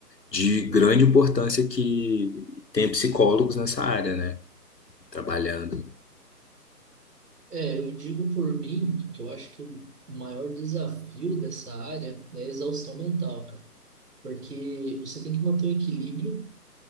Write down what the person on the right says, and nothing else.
É, eu digo por mim que eu acho que o maior desafio dessa área é a exaustão mental, cara. Porque você tem que manter o equilíbrio